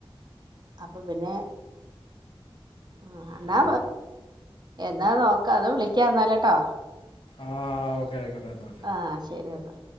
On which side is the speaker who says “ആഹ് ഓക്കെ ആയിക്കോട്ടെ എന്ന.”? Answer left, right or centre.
Left